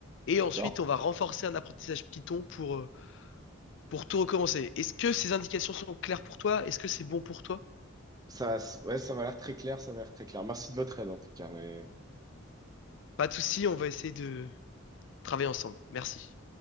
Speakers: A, on the left; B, on the right.
A: et
B: d'accord?
A: ensuite, on va renforcer un apprentissage Python pour, euh, pour tout recommencer. Est-ce que ces indications sont claires pour toi? Est-ce que c'est bon pour toi?
B: Ça, ouais, ça m'a l'air très clair, ça m'a l'air très clair. Merci de votre aide en tout cas, mais.
A: Pas de souci, on va essayer de travailler ensemble. Merci.